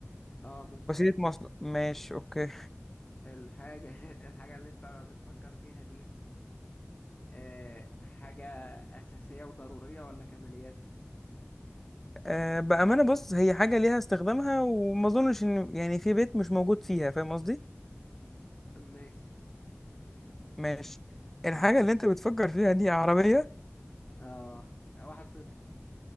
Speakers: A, on the left (about 30°); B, in the centre.
A: اه ممكن
B: وسيلة مواصلة ماشي اوكي
A: الحاجة <laughs> الحاجة اللي انت بتفكر فيها دي آه حاجة أساسية وضرورية ولا كماليات
B: أه بأمانة بص هي حاجة ليها استخدامها وما اظنش ان يعني في بيت مش موجود فيها فاهم قصدي
A: ماشي
B: ماشي الحاجة اللي انت بتفكر فيها دي عربية
A: اه واحد صفر